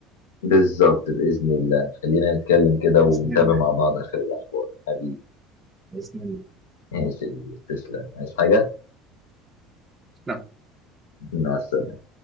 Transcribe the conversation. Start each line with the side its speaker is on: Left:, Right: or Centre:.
Left: بالظبط بإذن الله خلينا نتكلم كده
Right: باذن
Left: ونتابع
Right: الله
Left: مع بعض آخر الأخبار حبيبي
Right: باذن
Left: ماشي يا كبير، تسلم عايز حاجة؟
Right: الله
Left: مع السلامة